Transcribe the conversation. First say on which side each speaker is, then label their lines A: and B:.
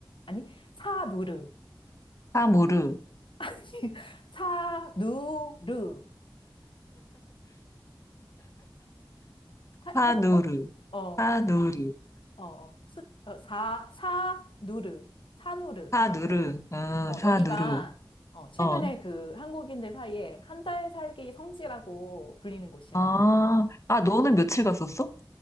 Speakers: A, on the left; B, on the left.
A: 아니 사누르
B: 사무르,
A: <laughs> 사누르 해
B: 사누르,
A: 해볼까? 어,
B: 사누르,
A: 어, 수, 어, 사, 사누르, 사누르.
B: 사누르, 응,
A: 어,
B: 사누르,
A: 여기가 어, 최근에
B: 어.
A: 그 한국인들 사이에 한 달 살기 성지라고 불리는 곳이야.
B: 아, 아, 너는 며칠 갔었어?